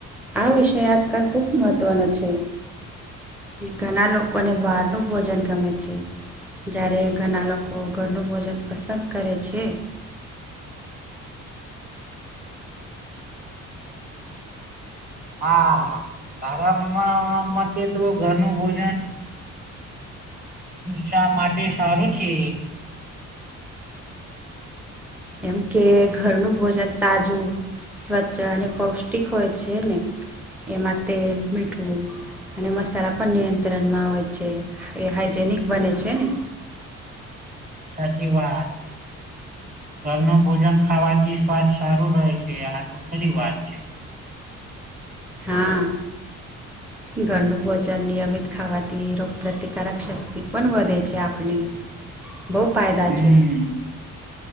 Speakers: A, in the centre; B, on the right.
A: આ વિષય આજકાલ ખુબ મહત્ત્વનો છે. ઘણા લોકોને બહારનું ભોજન ગમે છે. જ્યારે ઘણા લોકો ઘરનું ભોજન પસંદ કરે છે.
B: હા તારામાં મતે તો ઘર નુ ભોજન શા માટે સારું છે.
A: એમ કે ઘરનું ભોજન તાજું. સ્વચ્છ અને પૌષ્ટિક હોય છે ને એમાં તેલ મીઠું અને મસાલા પણ નિયંત્રણમાં હોય છે એ હાઈજેનિક બને છે ને.
B: સાચી વાત. ઘરનું ભોજન ખાવાથી સ્વાસ્થ સારું રહે છે આ તો ખરી વાત છે. <inaudible>
A: હા ઘરનું ભોજન નિયમિત ખાવાથી રોગપ્રતિકારક શક્તિ પણ વધે છે આપણી
B: <inaudible>
A: બહુ ફાયદા
B: હમ્મ.
A: છે.